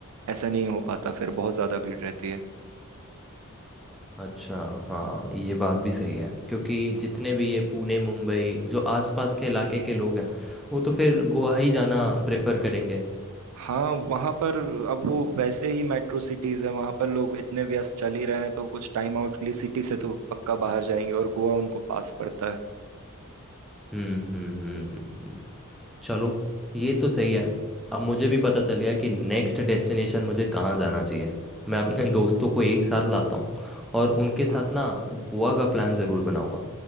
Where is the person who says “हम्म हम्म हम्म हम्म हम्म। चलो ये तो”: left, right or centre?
Centre